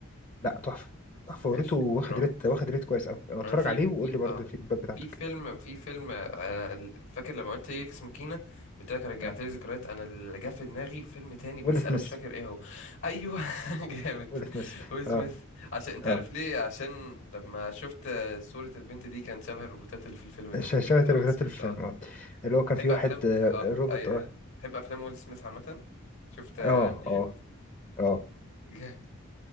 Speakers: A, on the left; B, on the left.
A: لا تحفه تحفه
B: ماشي
A: وريته واخد
B: دراما
A: ريت واخد ريت كويس قوي اتفرج
B: انا في
A: عليه وقول
B: في
A: لي برضه
B: اه
A: الفيدباك بتاعتك
B: في فيلم في فيلم آه فاكر لما قلت ايه اكس ماكينه قلت لك رجعت
A: اه
B: لي ذكريات انا اللي جه في دماغي فيلم تاني بس
A: ويل سميث
B: انا مش فاكر ايه هو ايوه <laughs> جامد
A: ويل سميث
B: ويل سميث
A: اه
B: عشان انت
A: اه
B: عارف ليه عشان لما شفت آه، صوره البنت دي كان شبه الروبوتات اللي في الفيلم ده
A: شاشة
B: بتاع
A: الريفيوهات
B: ويل سميث
A: الفيلم
B: اه
A: اه اللي هو كان
B: تحب
A: في
B: افلام
A: واحد آه،
B: اه
A: روبوت
B: ايوه
A: اه
B: ايوه تحب افلام ويل سميث عامه شفت
A: اه
B: ليجند
A: اه
B: <laughs>
A: اه
B: جامد